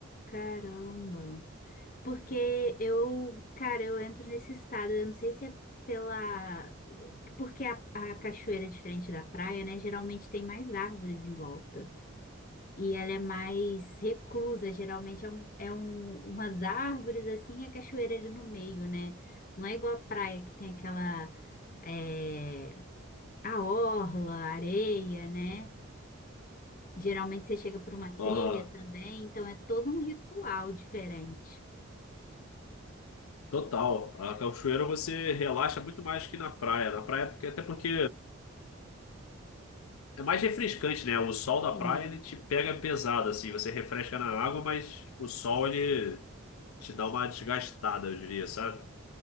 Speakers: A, on the left (about 40°); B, on the left (about 80°).
A: Caramba. Porque eu, cara, eu entro nesse estado. Eu não sei se é pela. Porque a, a cachoeira é diferente da praia, né? Geralmente tem mais árvores em volta. E ela é mais reclusa. Geralmente é, um, é um, umas árvores assim e a cachoeira ali no meio, né? Não é igual a praia que tem aquela. é, a orla, a areia, né? Geralmente você chega por uma trilha
B: Aham.
A: também. Então é todo um ritual diferente.
B: Total. A cachoeira você relaxa muito mais que na praia. Na praia, porque, até porque é, é mais refrescante, né? O sol da
A: Sim.
B: praia ele te pega pesado, assim. Você refresca na água, mas o sol ele te dá uma desgastada, eu diria, sabe?